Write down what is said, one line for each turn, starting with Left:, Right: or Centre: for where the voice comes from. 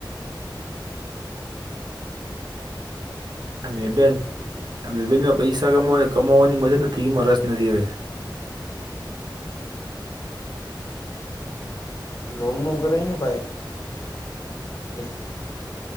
Right: આ મેબાઈલ આ મેબાઈલમાં પૈસા કમાવ કમાવવાની મજાને ટીવીમાં રસ નથી હવે.
Left: લોનનું કરાયને ભાઈ <inaudible>